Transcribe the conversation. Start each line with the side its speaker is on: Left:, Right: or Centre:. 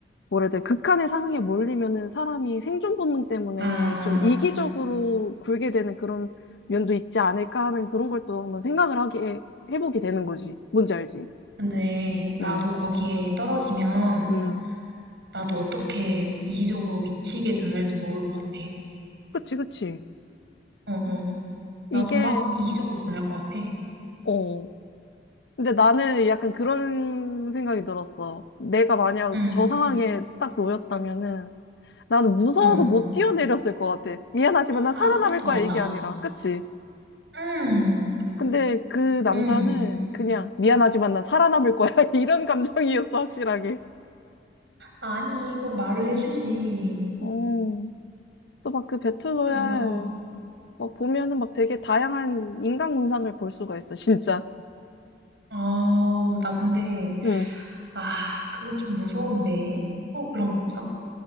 Left: 뭐라 해야 돼, 극한의 상황에 몰리면은 사람이 생존 본능 때문에
Right: 아,
Left: 좀 이기적으로 굴게 되는 그런 면도 있지 않을까 하는 그런 걸 또 한번 생각을 하게, 해보게 되는 거지. 뭔지 알지?
Right: 근데 나도
Left: 응,
Right: 거기에 떨어지면
Left: 응.
Right: 나도 어떻게 이기적으로 미치게 변할지 모를 것 같아.
Left: 그치, 그치.
Right: 어, 어. 나도
Left: 이게,
Right: 막 이기적으로 변할 것 같아.
Left: 어. 근데 나는 약간 그런 생각이 들었어. 내가 만약
Right: 응,
Left: 저 상황에 딱 놓였다면은 나는 무서워서
Right: 응.
Left: 못 뛰어내렸을 것 같아. 미안하지만 난
Right: 아,
Left: 살아남을
Right: 그것도
Left: 거야
Right: 맞아.
Left: 이게 아니라. 그치?
Right: 응,
Left: 근데 그 남자는
Right: 응.
Left: 그냥 미안하지만 난 살아남을 거야 <laughs> 이런 감정이었어 확실하게.
Right: 아니, 그거 말을
Left: 어.
Right: 해주지.
Left: 어. 그래서 막 그 배틀로얄
Right: 이거 뭐야?
Left: 막 보면은 막 되게 다양한 인간 군상을 볼 수가 있어 진짜.
Right: 아, 나 근데,
Left: 응.
Right: 아, 그거 좀 무서운데. 또 그런 거 없어?